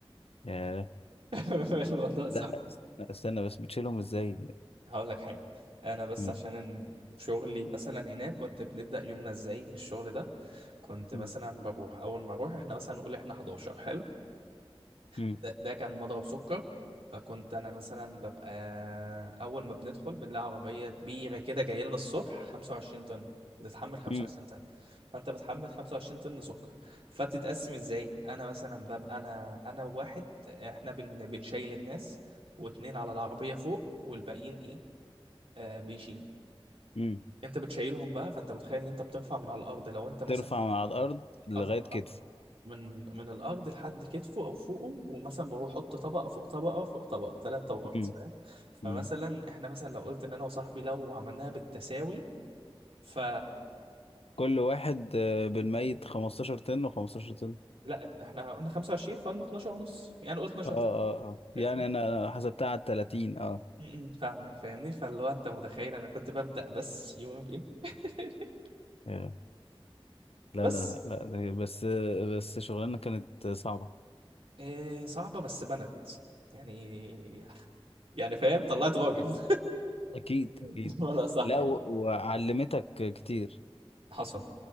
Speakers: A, on the left; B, on the right.
A: ياه
B: <laughs> الموضوع
A: لا
B: صعب
A: لا است- لا، استنى بس بتشيلهم ازاي
B: هقول لك حاجة أنا بس
A: مم.
B: عشان إن شغلي مثلا هناك كنت بنبدأ يومنا إزاي في الشغل ده كنت
A: مم.
B: مثلا بروح أول ما أروح إحنا مثلا نقول إحنا 11 حلو
A: مم.
B: ده, ده كان مضرب سكر فكنت انا مثلا ببقى اول ما بندخل بنلاقي عربيه كبيره كده جايه لنا الصبح 25 طن بتتحمل 25
A: مم.
B: طن فانت بتحمل 25 طن سكر فبتتقسم ازاي انا مثلا ببقى انا انا وواحد احنا بن بنشيل الناس واتنين على العربيه فوق والباقيين ايه آه بيشيلوا
A: مم.
B: انت بتشيلهم بقى فانت متخيل ان انت بترفع من على الارض لو انت مثلا
A: ترفع من على الأرض لغاية
B: ارفع
A: كتف
B: من من الارض لحد كتفه او فوقه ومثلا بروح احط طبقه فوق طبقه فوق طبقه ثلاث طبقات
A: مم.
B: فاهم فمثلا
A: مم.
B: احنا مثلا لو قلت ان انا وصاحبي لو عملناها بالتساوي ف
A: كل واحد آه، بالميت 15 طن و15 طن
B: لا احنا قلنا 25 فقلنا 12 ونص يعني قلت 12
A: اه
B: تاني
A: اه اه يعني
B: فاهمني
A: انا أنا حسبتها على 30 اه
B: م- م، فاهمك فاهمني فاللي هو انت متخيل انا كنت ببدأ بس يومي بايه <laughs>
A: ياه. لا
B: بس
A: لا لا لا ده بس بس شغلانة كانت صعبة
B: إيه صعبة بس بنت يعني يعني فاهم طلعت راجل
A: اكيد
B: <laughs>
A: اكيد
B: ولا صح
A: لا
B: يعني
A: و- وعلمتك كتير
B: حصل